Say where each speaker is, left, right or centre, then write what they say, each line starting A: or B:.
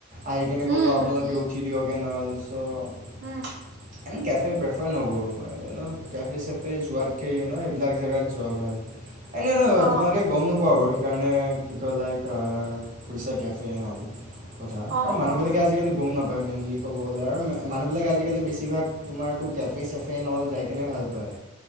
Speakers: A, on the right; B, on the right.
A: আহি কেনে
B: উম,
A: ক'ব আপোনালোকে
B: উম,
A: উঠি দিয়কগে নহ'ল চ'
B: উম,
A: এনে কেফে প্ৰেফাৰ নকৰোঁ মই ন কেফে চেফে যোৱাতকৈ ন এইবিলাক জেগাত যোৱা ভাল এনে ন
B: অ',
A: তোমাকে গম নোপোৱা আৰু সেইকাৰণে কি কয় লাইক পুইছাক কেইনল কথা
B: অ',
A: আৰু মানুহবিলাকে
B: অ',
A: আজিকালি গম নাপায় মেইনলি'ব গ'লে আৰু মানুহবিলাকে আজিকালি বেছিভাগ তোমাৰটো কেফে চেফেনল যাই কেনে ভাল পায়